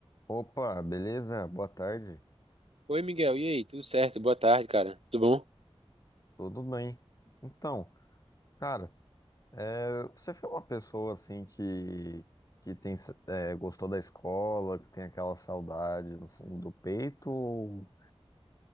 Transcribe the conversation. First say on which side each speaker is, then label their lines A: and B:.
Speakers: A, on the left (about 35°); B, on the right (about 65°).
A: Opa, beleza? Boa tarde.
B: Oi, Miguel. E aí? Tudo certo? Boa tarde, cara. Tudo bom?
A: Tudo bem? Então, cara, é, você foi uma pessoa assim que, que tem, é, gostou da escola, que tem aquela saudade no fundo do peito, ou